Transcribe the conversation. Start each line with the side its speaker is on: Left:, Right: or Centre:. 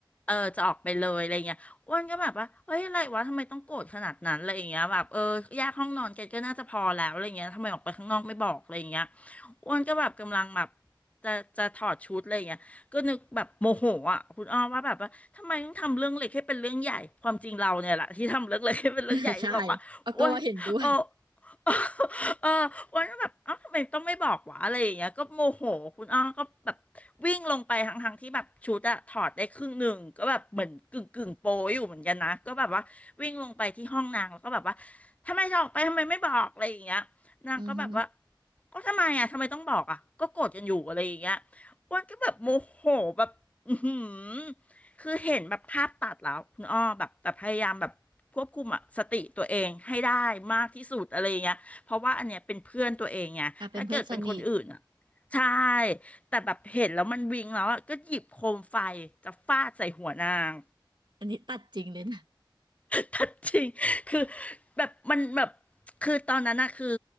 Left: เออจะออกไปเลยอะไรเงี้ยอ้วนก็แบบว่าเฮ้ยอะไรวะทำไมต้องโกรธขนาดนั้นอะไรอย่างเงี้ยแบบเออแยกห้องนอนกันก็น่าจะพอแล้วอะไรเงี้ยทำไมออกไปข้างนอกไม่บอกอะไรอย่างเงี้ยอ้วนก็แบบกำลังแบบ จะจะถอดชุดอะไรอย่างเงี้ยก็นึกแบบโมโหอ่ะคุณอ้อมว่าแบบว่าทำไมต้องทำเรื่องเล็กให้เป็นเรื่องใหญ่ความจริงเราเนี่ยแหละที่ทำเรื่องเล็กให้เป็นเรื่องใหญ่ที่บอกว่าอ้วนเออ
Right: <laughs> ใช่เอาก็ว่าเห็นด้วย
Left: เอออ้วนก็แบบเอ้าทำไมต้องไม่บอกวะอะไรอย่างเงี้ยก็โมโหคุณอ้อก็แบบวิ่งลงไปทั้งทั้งที่แบบชุดอะถอดได้ครึ่งหนึ่งก็แบบเหมือนกึ่งกึ่งโปยอยู่เหมือนกันนะก็แบบว่าวิ่งลงไปที่ห้องนางแล้วก็แบบว่าทำไมจะออกไปทำไมไม่บอกอะไรอย่างเงี้ย นางก็แบบว่า
Right: อือฮึ
Left: ก็ทำไมอ่ะทำไมต้องบอกอ่ะก็โกรธกันอยู่อะไรอย่างเงี้ยอ้วนก็แบบโมโหแบบอือหือคือเห็นแบบภาพตัดแล้วคุณอ้อแบบแต่พยายามแบบควบคุมอะสติตัวเองให้ได้มากที่สุดอะไรอย่างเงี้ยเพราะว่าอันเนี้ยเป็นเพื่อนตัวเองไงถ้าเกิดเป็นคนอื่นอ่ะ
Right: อ่าเป็นเพื่อนสนิท
Left: ใช่แต่แบบเห็นแล้วมันวิงแล้วอะก็หยิบโคมไฟจะฟาดใส่หัวนาง
Right: อันนี้ตัดจริงเลยนะ
Left: <laughs> ทัดจริงคือแบบมันแบบคือตอนนั้นนะคือ